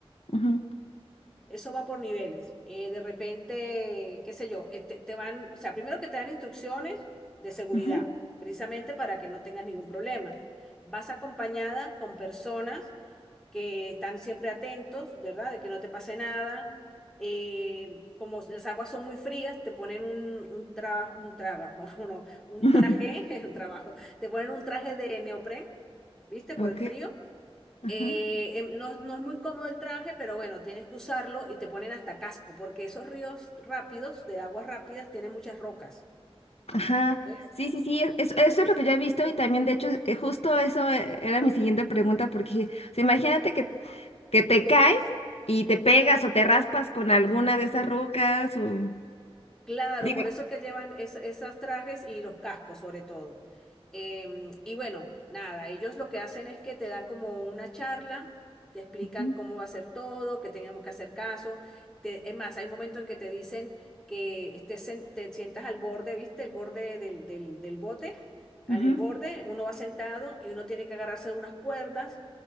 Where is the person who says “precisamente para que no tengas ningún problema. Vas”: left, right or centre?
Centre